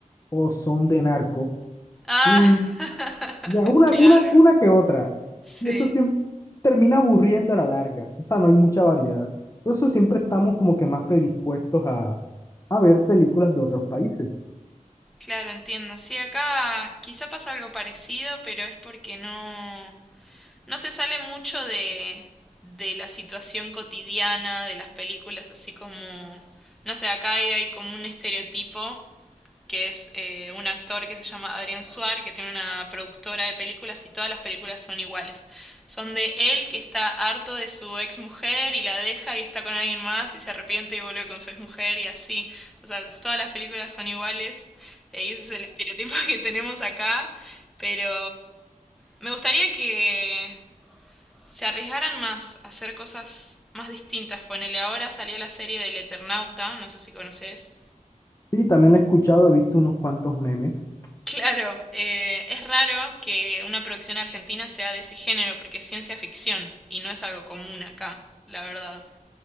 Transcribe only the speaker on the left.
o son de narco.
Y
ya, una,
una, una que otra.
Y eso siempre termina aburriendo a la larga. O sea, no hay mucha variedad. Por eso siempre estamos como que más predispuestos a, a ver películas de otros países.
Sí, también la he escuchado, he visto unos cuantos memes.